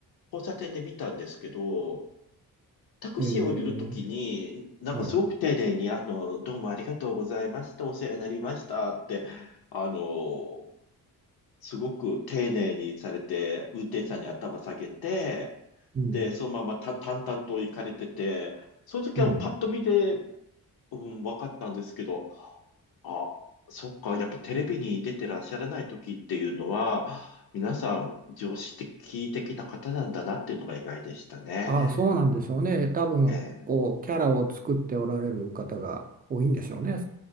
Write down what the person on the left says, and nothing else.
交差点で見たんですけど、タクシー降りるときに、
なんかすごく丁寧に、
あの、どうもありがとうございました、お世話になりましたって、あの、すごく丁寧にされて、運転手さんに頭下げて、
で、そのままた淡々と行かれてて、その時はパッと見で、
うん、分かったんですけど、あ、そっか、やっぱテレビに出てらっしゃらない時っていうのは、皆さん常識的な方なんだなっていうのが意外でしたね。
ええ、